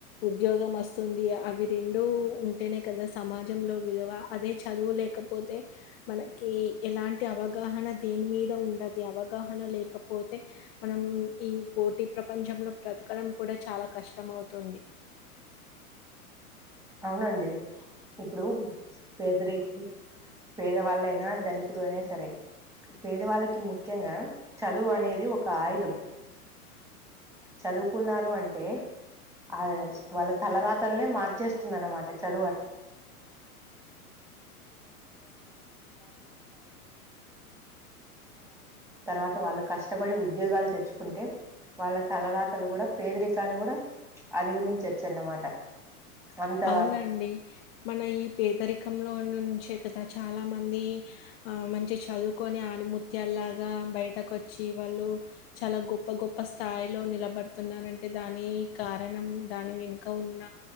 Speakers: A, on the left; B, in the centre.
A: ఉద్యోగం వస్తుంది అవి రెండూ ముందుకు సాగాలి ఇంకా చదువు ఉంటేనే మంచిగా ఉద్యోగం అవి రెండూ ఉంటేనే కదా సమాజంలో విలువ అదే చదువు లేకపోతే మనకి ఎలాంటి అవగాహన దేని మీద ఉండది అవగాహన అవగాహన లేకపోతే మనం ఈ పోటీ ప్రపంచంలో బ్రతకడం కూడా చాలా కష్టం అవుతుంది
B: అవునండి ఇప్పుడు పేదరి పేదవాళ్ళైనా ధనికులు అయినా సరే పేదవాళ్ళకి ముఖ్యంగా చదువు అనేది ఒక ఆయుధం చదువుకున్నారు అంటే ఆ వాళ్ళ తలరాతలనే మార్చేస్తుంది అనమాట చ తర్వాత వాళ్ళు కష్టపడి ఉద్యోగాలు తెచ్చుకుంటే వాళ్ళ తలరాతలు కూడా పేదరికాన్ని కూడా అధిగమించవచ్చు అన్నమాట అంత
A: అవునండి మన ఈ పేదరికంలో నుంచి చాలామంది ఆ మంచిగా చదువుకొని ముత్యలాగా బయటకుచ్చి వాళ్ళు చాలా గొప్ప గొప్ప స్థాయిలో నిలబడుతున్నారు అంటే దాని కారణం దాని వెనుక ఉన్న